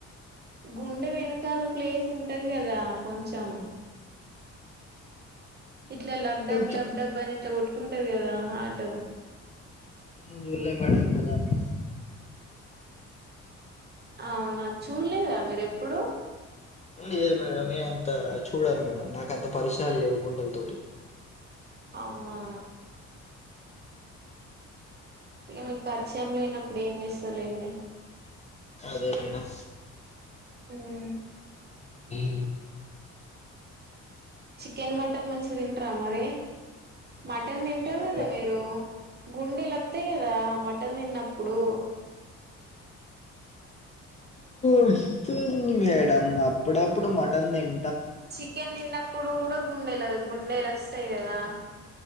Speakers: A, on the right; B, on the left.
A: గుండె వెను కాల ప్లేస్ ఉంటది కదా కొంచం ఇట్లే లబ్ డబ్
B: కొంచెం
A: లబ్ డబ్ బని ఇట్లా కొట్టుకుంటారు కదా హాటు
B: ఏ జూలే మేడం ఇప్పుడుదాన్ని
A: అవునా చూడలేదా మీరు ఎప్పుడు
B: లేదు మేడం నేను అంత చూడను మేడం నాకు అంత పరిచయాలు లేవు గుండెల తోటి
A: అవునా ఏ మీ ప చం లేనప్పుడు ఏం చేస్తరులేండి
B: అదే మేడమ్
A: ఉమ్,
B: అ
A: చికెన్ మటన్ మంచిగా తింటరా మరి మటన్ తింటారు
B: మీరా
A: కదా
B: మేడం
A: మీరు గుండెలోత్తాయి కదా మటన్ తిన్నప్పుడు
B: వస్తుంది మేడమ్ అప్పుడప్పుడు మటన్ తిం
A: చికెన్ తిన్నప్పుడు కూడా గుండెలు గుండెలస్తాయి కదా